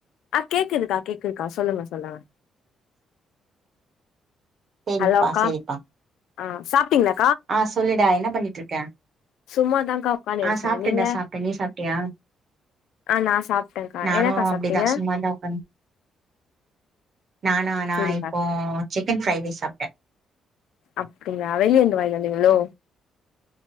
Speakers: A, on the left; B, on the right.
A: ஆ கேக்குதுக்கா கேக்குதுக்கா சொல்லுங்க சொல்லுங்க
B: சேரிப்பா
A: ஹலோ அக்கா
B: சேரிப்பா
A: ஆ சாப்ட்டீங்ளா
B: ஆ சொல்லுடா என்ன பண்ணிட்ருக்க
A: சும்மாதான்க்கா உக்கான்னு
B: ஆ
A: இருக்கே
B: சாப்ட்டேன்டா
A: நீங்க
B: சாப்ட்டே நீ சாப்ட்டியா
A: ஆ நா சாப்ட்டேன்க்கா
B: நானு
A: என்னக்கா
B: அப்டிதா
A: சாப்ட்டீங்க
B: சும்மா தா உக்காந் நானா நா
A: சேரிக்கா
B: இப்போ சிக்கன் ஃப்ரை ரைஸ் சாப்ட்டே
A: அப்டிங்ளா வெளியந்து வாயினுவந்தீங்களோ